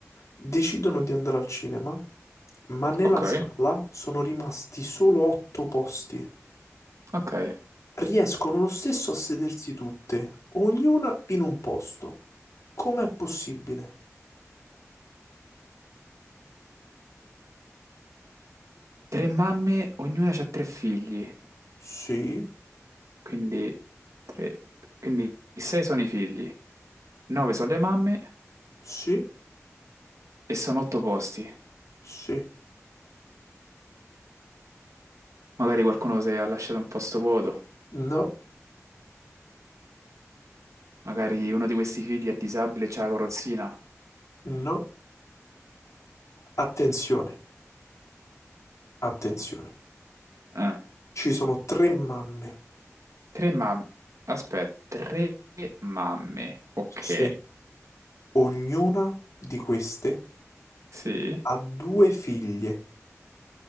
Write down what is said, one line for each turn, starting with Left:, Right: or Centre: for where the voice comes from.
Left: Decidono di andare al cinema, ma nella
Right: ok,
Left: sala sono rimasti solo otto posti.
Right: ok.
Left: Riescono lo stesso a sedersi tutte, ognuna in un posto. Com'è possibile?
Right: Tre mamme, ognuna ha tre figli.
Left: Sì,
Right: Quindi, tre... Quindi sei sono i figli, nove sono le mamme
Left: sì,
Right: e sono otto posti.
Left: sì.
Right: Magari qualcuno si è lasciato un posto vuoto.
Left: No,
Right: Magari uno di questi figli è disabile e c'ha la carrozzina.
Left: no. Attenzione, attenzione.
Right: Eh.
Left: Ci sono tre mamme.
Right: Tre mamme. Aspetta, tre mamme. Ok,
Left: Sì. Ognuna di queste
Right: sì.
Left: ha due figlie.